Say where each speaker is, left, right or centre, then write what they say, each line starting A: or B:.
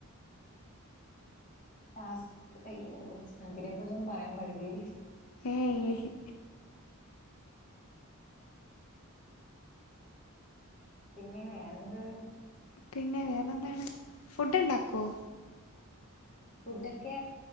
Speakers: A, on the left (about 35°); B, on the left (about 75°).
A: ടാസ്ക് അയ്യോ അതിനെ കുറിച്ചൊന്നും പറയാൻ പാടില്ലേ
B: ഏയ് ഏഹ്
A: പിന്നെ വേറെന്ത്
B: പിന്നെ വേറെ എന്താണ് ഫുഡ് ഉണ്ടാക്കുവോ
A: ഫുഡൊക്കെ